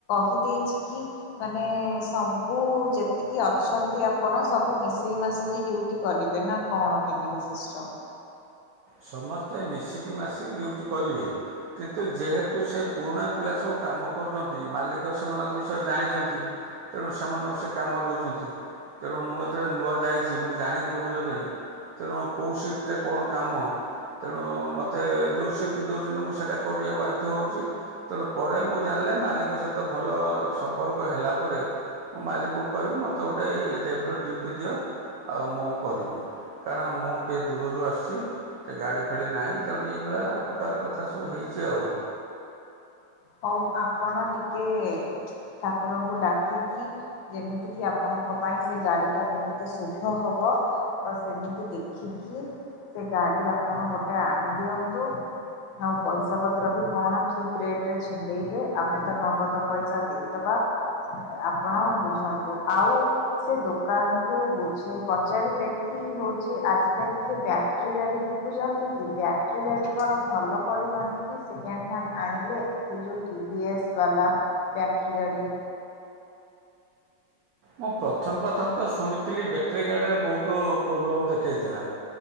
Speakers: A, on the left (about 75°); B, on the right (about 85°).
A: କି ଦେଇଛି କି ମାନେ ସବୁ ଯେତିକି ଅଛନ୍ତି ଆପଣ ସବୁ ମିଶେଇ ମାସେଇକି ଡୁଟି କରିବେ ନା? କଣ କେମିତି ସିଷ୍ଟମ୍?
B: ସମସ୍ତେ ମିଶିକି ମାସିକି ଡ୍ୟୁଟି କରିବେ। କିନ୍ତୁ ଯେହେତୁ ସେ ପୁରୁଣା ପିଲା ସବୁ କାମ କରୁଛନ୍ତି ମାଲିକ ସେମାନଙ୍କ ବିଷୟରେ ଜାଣିଛନ୍ତି। ତେଣୁ ସେମାନଙ୍କୁ ସେ କାମ ଦେଉଛନ୍ତି। ତେଣୁ ମୁଁ ଯେତେବେଳେ ନୂଆ ଯାଇଛି ମୁଁ ଜାଣିନି ଭଲ କିଣି ତେଣୁ କୋଉ ସିଫ୍ଟ ରେ କଣ କାମ। ତେଣୁ ମୋତେ ଯେଉଁ ସିଫ୍ଟ ଦେଉଛନ୍ତି ମୁଁ ସେଇଟା କରିବାକୁ ବାଧ୍ୟ ହେଉଛି। ତେଣୁ ପରେ ମୁଁ ଜାଣିଲେ ମାଲିକ ସହିତ ଭଲ ସମ୍ପର୍କ ହେଲା ପରେ ମୁଁ ମାଲିକକୁ କହିବି ମୋତେ ଗୋଟେ ଏଇ ଟାଇପର ଡ୍ୟୁଟି ଦିଅ ଆଉ ମୁଁ କରିବି। କାରଣ ମୁଁ ଟେ ଦୂରରୁ ଆସୁଛି ଟିକେ ଗାଡ଼ି ଫାଡ଼ି ନାହିଁ ତେଣୁ ଏଇଭଳିଆ ପ୍ରକାର କଥା ସବୁ ହେଇଛି ଆଉ।
A: ହଉ ଆପଣ ଟିକେ ଠାକୁରଙ୍କୁ ଡାକିକି ଯେମିତି କିି ଆପଣଙ୍କ ପାଇଁ ସେ ଗାଡି ଟା ବହୁତ ଶୁଭ ହବ। ତ ସେମିତି ଦେଖିକି ସେ ଗାଡି ଆପଣ ଗୋଟେ ଆଣିଦିଅନ୍ତୁ। ଆଉ ପଇସା ପତ୍ର ବି କଣ ଠିକ ରେଟ୍ ରେ ଛିଣ୍ଡେଇବେ ଆମେ ତ ନଗଦ ପଇସା ଦେଇଦବା। ଆପଣ ବୁଝନ୍ତୁ ଆଉ ସେ ଦୋକାନ କୁ ବୁଝ ପଚାରିବେ କି ହଉଛି ଆଜ କାଲି କି ବ୍ୟାଟେରୀ ଗାଡି ଦେଖୁଛନ୍ତି କି ବ୍ୟାଟେରୀ ଗାଡି କଣ ଭଲ ପଡିବନି କି ସେକେଣ୍ଡ ହ୍ୟାଣ୍ଡ ଆଣିଲେ। ସେ ଯଉଁ କିଟିଏସ୍ ବାଲା ବ୍ୟାଟରୀ ଗାଡି।
B: ମୁଁ ପ୍ରଥମ ପ୍ରଥମ ତ ଶୁଣିଥିଲି ବ୍ୟାଟେରୀ ଗାଡ଼ିରେ ବହୁତ ପ୍ରୋବ୍ଲେମ୍ ଦେଖେଇଥିଲା।